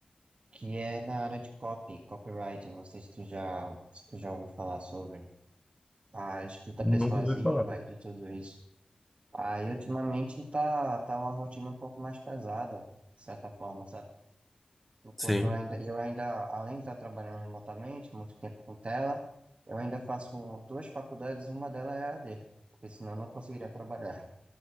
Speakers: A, on the right; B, in the centre.
A: que é na área de copy, copywriting. Não sei se tu já, se tu já ouviu falar sobre a escrita
B: Nunca
A: persuasiva
B: ouvi falar.
A: e de tudo isso. Aí, ultimamente, tá, tá uma rotina um pouco mais pesada, de certa forma, sabe? Enquanto
B: Sim,
A: eu ainda, eu ainda, além de estar trabalhando remotamente, muito tempo com tela, eu ainda faço duas faculdades, uma delas é a AD, porque senão eu não conseguiria trabalhar.